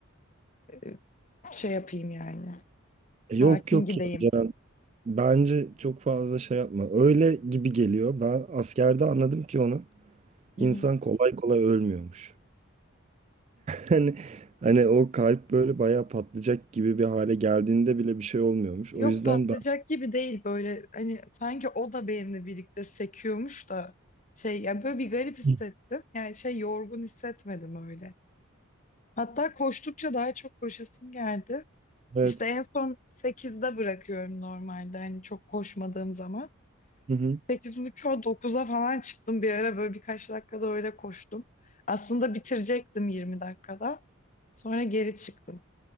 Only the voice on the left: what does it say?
Ee, şey yapayım yani.
Sakin
gideyim.
Hı
hı.
Yok
patlayacak
gibi değil böyle hani sanki o da benimle birlikte sekiyormuş da şey yani böyle bir garip hissettim.
Yani şey yorgun hissetmedim öyle. Hatta koştukça daha çok koşasım geldi.
İşte en son sekizde bırakıyorum normalde hani çok koşmadığım zaman.
8.30'a dokuz'a falan çıktım bir ara böyle birkaç dakikada öyle koştum. Aslında bitirecektim 20 dakikada. Sonra geri çıktım.